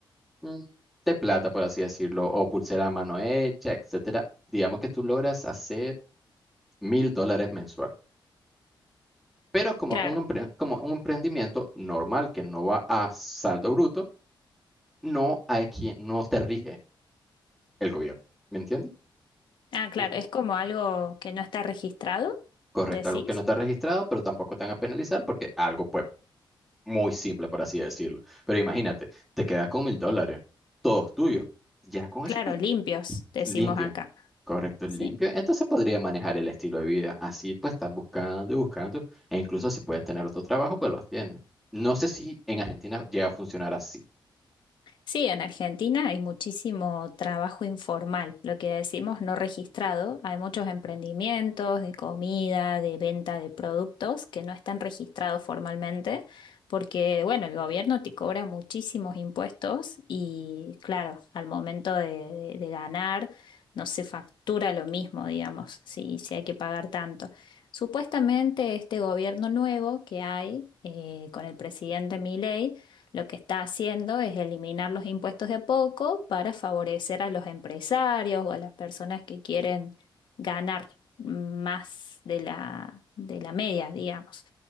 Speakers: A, in the centre; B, on the left (about 60°).
A: mm, de plata, por así decirlo, o pulsera a mano hecha, etcétera. Digamos que tú logras hacer mil dólares mensual. Pero como
B: Claro.
A: un, empre- como un emprendimiento normal que no va a saldo bruto, no hay quien, no te rige el gobierno. ¿Me entiendes?
B: Ah, claro,
A: Mm,
B: es como algo que no está registrado,
A: Correcto,
B: decís.
A: algo que no está registrado, pero tampoco te van a penalizar porque algo pues muy simple, por así decirlo. Pero imagínate, te quedas con mil dólares, todos tuyos. Ya con
B: Claro,
A: eso, pues
B: limpios, decimos
A: limpio.
B: acá.
A: Correcto,
B: Sí.
A: limpio. Entonces podría manejar el estilo de vida. Así pues estás buscando y buscando. E incluso si puedes tener otro trabajo, pues los tienes. No sé si en Argentina llega a funcionar así.
B: Sí, en Argentina hay muchísimo trabajo informal, lo que decimos no registrado. Hay muchos emprendimientos de comida, de venta de productos que no están registrados formalmente porque, bueno, el gobierno te cobra muchísimos impuestos y, claro, al momento de, de- de ganar no se factura lo mismo, digamos, si, si hay que pagar tanto. Supuestamente este gobierno nuevo que hay eh, con el presidente Milei lo que está haciendo es eliminar los impuestos de a poco para favorecer a los empresarios o a las personas que quieren ganar más de la, de la media, digamos.